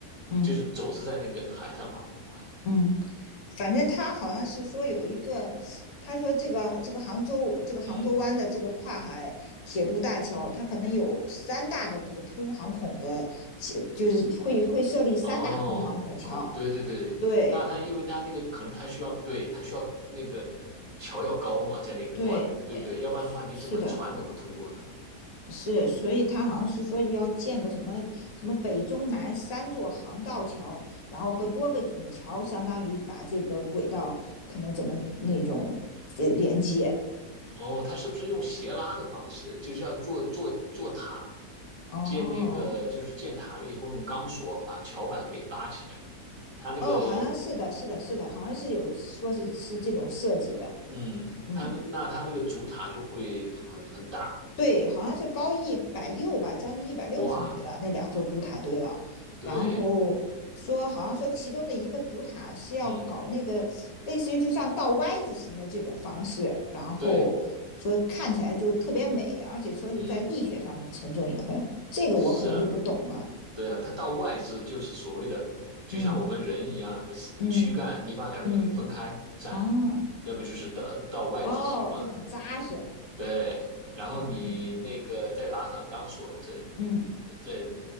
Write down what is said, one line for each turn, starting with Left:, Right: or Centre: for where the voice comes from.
Left: 嗯
Right: 就是总是在那个海上跑那么快。
Left: 嗯，反正他好像是说有一个，他说这个这个杭州这个杭州湾的这个跨海铁路大桥，
Right: 嗯，
Left: 它可能有三大的那个通航孔的，其就是会会设立三大通航孔桥，
Right: 哦，孔，对对对对，
Left: 对
Right: 那他因为他那个可能他需要，对，他需要那个桥要高嘛，在那个段，
Left: 对，
Right: 对不对？要不然的话，
Left: 是是的，
Right: 你怎么船怎么通过呢？
Left: 是，所以他好像是说要建个什么什么北中南三座航道桥，然后和多个引桥，相当于把这个轨道可能怎么那种这连接。
Right: 哦，他是不是用斜拉的方式，就是要做做做塔，
Left: 哦
Right: 建那个就是建塔了以后，用钢索把桥板给拉起来，他那个，
Left: 哦，好像是的，是的，是的，好像是有说是是这种设计的。
Right: 嗯，
Left: 嗯，
Right: 他那他那个主塔就会很很大，
Left: 对，好像是高一百六吧，将近一百六十米了，
Right: 哇，
Left: 那两座主塔都要。
Right: 对，
Left: 然后说，好像说其中的一个主塔是要搞那个类似于就像倒
Right: 嗯，
Left: Y 字形的这种方式，然后说看起来就特别美，
Right: 对，
Left: 而且说是在力学上面沉重也很，
Right: 嗯。
Left: 这个我可能就不懂了。
Right: 是，对啊，它到外置就是所谓的，就像我们人一样的躯干，
Left: 嗯嗯
Right: 你把两个腿分开站，
Left: 嗯啊，
Right: 那不就是到到外置型吗？
Left: 哦，就很扎实。
Right: 对，然后你那个再拉上钢索，
Left: 哦
Right: 在
Left: 嗯
Right: 在